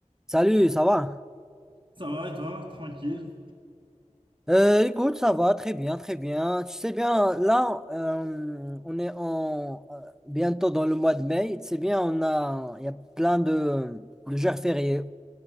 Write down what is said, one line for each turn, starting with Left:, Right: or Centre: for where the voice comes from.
Centre: Salut, ça va?
Right: Ça va et toi? Tranquille.
Centre: Euh, écoute, ça va très bien, très bien. Tu sais bien, là, euh, on est en, euh, bientôt dans le mois de mai. Tu sais bien, on a, il y a plein de, de jours fériés,